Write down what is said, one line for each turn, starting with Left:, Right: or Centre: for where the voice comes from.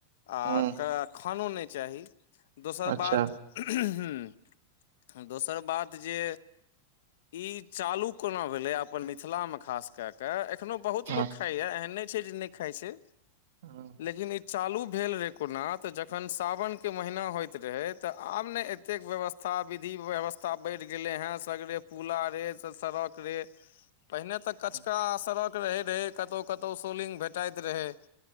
Left: आ
Right: हूँ
Left: खानो नहि चाही दोसर
Right: अच्छा
Left: बात <unintelligible> दोसर बात जे ई चालू कोना भेलय अपन मिथिला मे खास क केऽ एखनो बहुत
Right: हँ
Left: लोक खाइए। एहन नहि छै जे नहि खाइ छै।
Right: हँ
Left: लेकिन इ चालू भेल रहे कोना त जखन सावन के महीना होयत रहे तऽ आब ने एतेक व्यवस्था विधि व्यवस्था बढ़ि गेले हे सगरे पुला रे स सड़क रे। पहिने तऽ कचका
Right: हँ हँ
Left: सड़क रहैत रहै कतहु कतहु सोलिंग भेटाइत रहै